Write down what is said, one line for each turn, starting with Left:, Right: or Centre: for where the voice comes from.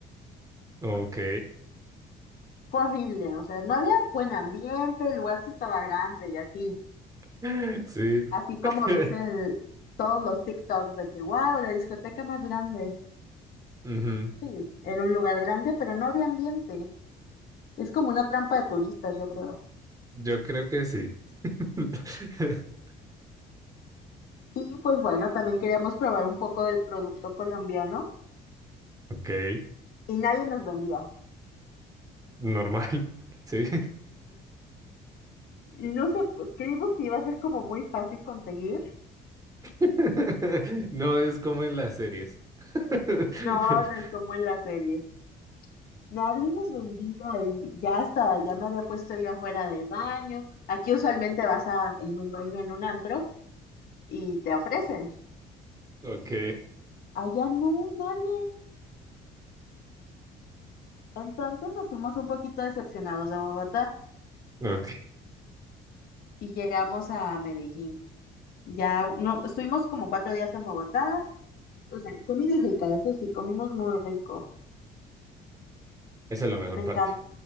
Right: ok.
Left: Fue horrible, o sea, no había buen ambiente, el lugar sí estaba grande y así.
Right: <laughs> Sí.
Left: Así como
Right: <laughs>
Left: dicen todos los TikToks de que, wow, la discoteca más grande.
Right: Ujú.
Left: Sí, era un lugar grande, pero no había ambiente. Es como una trampa de turistas, yo creo.
Right: Yo creo que sí. <laughs>
Left: Y pues bueno, también queríamos probar un poco del producto colombiano
Right: Ok,
Left: y nadie nos vendía.
Right: normal. <laughs> Sí.
Left: Y no sé, pues, creímos que iba a ser como muy fácil conseguir.
Right: <laughs> No es como en las series. <laughs>
Left: No, no es como en las series. Nadie nos vendía y ya hasta, ya me había puesto yo afuera del baño. Aquí usualmente vas a, en un baño, en un antro y te ofrecen.
Right: Ok.
Left: Allá no, nadie. Entonces nos fuimos un poquito decepcionados de Bogotá
Right: Ok.
Left: y llegamos a Medellín. Ya no, estuvimos como cuatro días en Bogotá. O sea, comida rica, eso sí, comimos muy rico.
Right: Esa es la mejor
Left: Me encantó
Right: parte.